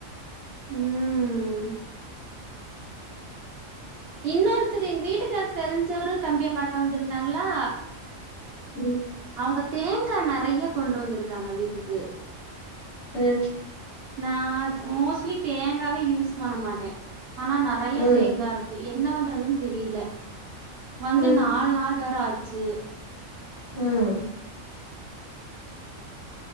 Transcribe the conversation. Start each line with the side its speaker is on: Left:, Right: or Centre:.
Right: ம் இன்னொருத்தரு எங்க வீட்டுக்காருக்கு தெரிஞ்சவரு தம்பிய பாக்க வந்திருந்தாங்ளா
Left: ம்
Right: அவுங்க தேங்கா நெறைய கொண்டு வந்திருக்காங்க வீட்டுக்கு
Left: அஹ்
Right: நா மோஸ்லி தேங்காவே யூஸ் பண்ண மாட்டே ஆனா நெறைய
Left: ம்
Right: தேங்கா இருக்கு என்ன பண்றதுன் தெரில வந்து
Left: ம்
Right: நால் நாள் வேற ஆச்சு
Left: ம்